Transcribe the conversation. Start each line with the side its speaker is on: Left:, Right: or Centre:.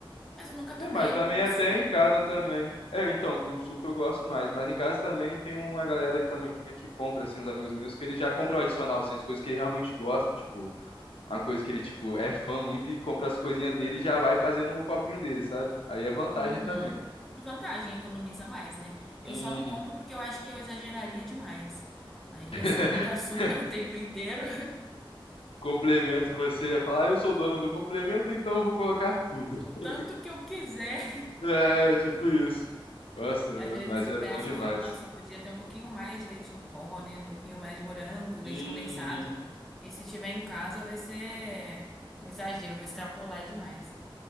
Centre: Mas eu nunca
Left: É,
Centre: tomei
Left: mas
Centre: ele
Left: também
Centre: como
Left: até
Centre: suco.
Left: em casa também. É, então, com o suco eu gosto mais. Mas em casa também tem uma galera também que compra, assim, uns amigos meus, que eles já compram adicional, assim, as coisas que eles realmente gostam, tipo, uma coisa que ele, tipo, é fã muito e compra as coisinhas dele e já vai fazendo um copinho dele, sabe? Aí é vantagem
Centre: Uhum.
Left: também.
Centre: Vantagem, economiza mais, né? Eu
Left: Uhum.
Centre: só não compro porque eu acho que eu exageraria demais. Aí
Left: <laughs>
Centre: ia ser muito açúcar <laughs> o tempo inteiro,
Left: complemento você ia falar, ah, eu sou dona do complemento, então eu vou colocar tudo.
Centre: <laughs> o tanto
Left: <laughs>
Centre: que eu quiser.
Left: É, tipo isso. Nossa,
Centre: <laughs> Às vezes
Left: mas
Centre: eu
Left: é
Centre: peço,
Left: bom demais.
Centre: eu falo, nossa, podia ter um pouquinho mais de leite em pó, né? Um pouquinho mais de morango, leite
Left: Uhum.
Centre: condensado. E se tiver em casa, vai ser um exagero, eu vou extrapolar demais.